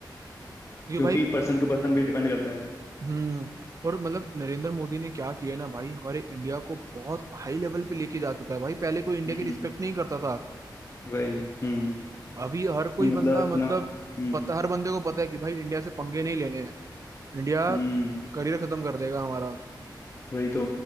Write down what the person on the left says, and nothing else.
क्योंकि
पर्सन टू पर्सन भी डिपेंड करता है
हम्म
वही हम्म
मतलब
इतना
हम्म
हम्म
वही तो